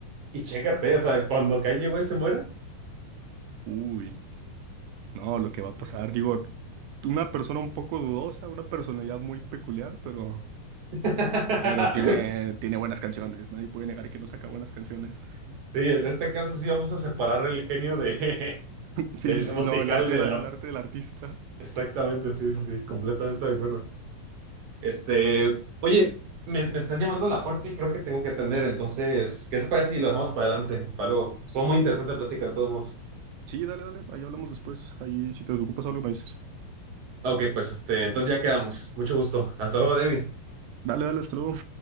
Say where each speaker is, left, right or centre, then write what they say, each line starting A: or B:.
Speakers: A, on the right; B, on the right.
A: Y chécate, o sea, cuando Kanye West se muera.
B: Uy, no, lo que va a pasar, digo, una persona un poco dudosa, una personalidad muy peculiar, pero,
A: <laughs>
B: pero tiene, tiene buenas canciones, nadie puede negar que no saca buenas canciones. <laughs>
A: Sí, en este caso sí vamos a separar el genio de, <laughs> del
B: Sí, sí,
A: musical
B: sí, no, el arte,
A: de
B: de la-
A: la...
B: el arte del artista.
A: Exactamente, sí, sí, sí, completamente de acuerdo. Este, oye, me, me están llamando a la puerta y creo que tengo que atender, entonces, ¿qué te parece si lo dejamos para adelante, para luego? Estuvo muy interesante la plática de todos modos.
B: Sí, dale, dale, ahí hablamos después, ahí si te ocupas algo me dices.
A: Ok, pues este, entonces ya quedamos. Mucho gusto. Hasta luego, David.
B: Dale, dale, hasta luego.